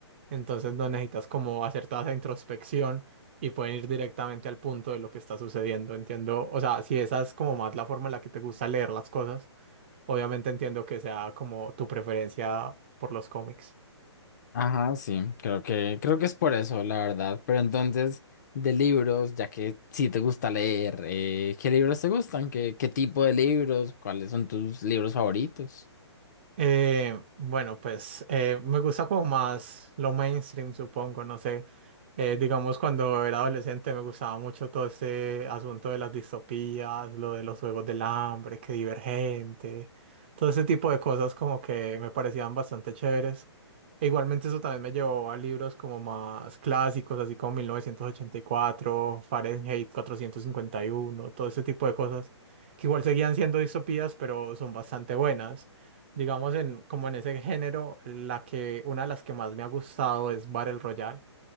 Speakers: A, on the right; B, on the left.
A: entonces no necesitas como hacer toda esa introspección y pueden ir directamente al punto de lo que está sucediendo, entiendo, o sea, si esa es como más la forma en la que te gusta leer las cosas, obviamente entiendo que sea como tu preferencia por los cómics.
B: Ajá, sí, creo que, creo que es por eso, la verdad. Pero entonces, de libros, ya que sí te gusta leer, eh, ¿qué libros te gustan? ¿Qué, qué tipo de libros? ¿Cuáles son tus libros favoritos?
A: Eh, bueno, pues eh, me gusta como más lo mainstream, supongo, no sé. Eh, digamos, cuando era adolescente me gustaba mucho todo ese asunto de las distopías, lo de los juegos del hambre, que divergente, todo ese tipo de cosas como que me parecían bastante chéveres. E igualmente eso también me llevó a libros como más clásicos, así como 1984, Fahrenheit 451, todo ese tipo de cosas, que igual seguían siendo distopías, pero son bastante buenas. Digamos, en, como en ese género, la que, una de las que más me ha gustado es Battle Royale